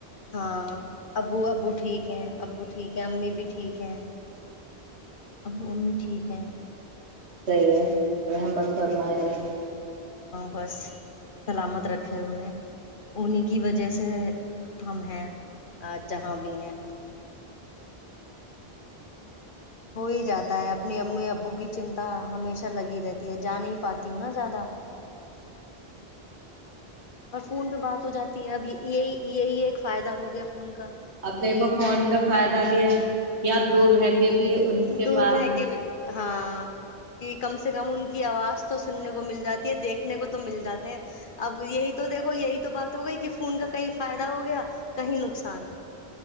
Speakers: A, on the left (about 55°); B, on the right (about 85°).
A: ہاں ابو ابو ٹھیک ہے ہیں ابو ٹھیک ہیں امی بھی ٹھیک ہیں ابو امی ٹھیک ہیں
B: صحیح ہے رحمت سرما اللہ
A: بس سلامت رکھے انہیں انہیں کی وجہ سے ہم ہیں جہاں بھی
B: <inaudible>
A: ہیں ہو ہی جاتا ہے اپنی امی ابو کی چنتا ہمیشہ لگی رہتی ہے جا نہیں پاتی ہوں نا زیادہ اور فون پہ بات ہو جاتی ہے اب یہی یہی ایک فائدہ ہو گیا فون کا
B: اب
A: کہ
B: دیکھو فون کا فائدہ اپنا بھی ہے کہ آپ دور رہ کے بھی ان کے
A: دور
B: پاس
A: رہ
B: ہیں
A: کے بھی ہاں کہ کم سے کم ان کی آواز تو سننے کو مل جاتی ہے دیکھنے کو تو مل جاتے ہیں اب یہی تو دیکھو یہی تو بات ہو گئی کہ فون کا کہیں فائدہ ہو گیا کہیں نقصان
B: ہاں